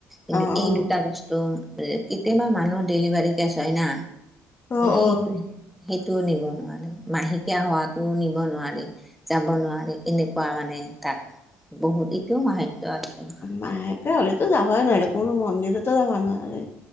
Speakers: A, in the centre; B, on the left.
A: কিন্তু
B: অ',
A: এই দু <unintelligible> দুটা বস্তু কেতিয়াবা মানুহ ডেলিভাৰী কেছ হয় না
B: অ',
A: সেইটো
B: অ',
A: <unintelligible> সেইটোও নিব নোৱাৰে, মাহেকীয়া হোৱাত <unintelligible> <unintelligible> পু নিব নোৱাৰি, যাব নোৱাৰি এনেকুৱা মানে তাত বহুত এতিয়াও মাহ <unintelligible> মহত্ব আছে। <unintelligible>
B: মাহেকীয়া হ'লেতো যাবই নোৱাৰে, কোনো মন্দিৰতো যাব নোৱাৰে।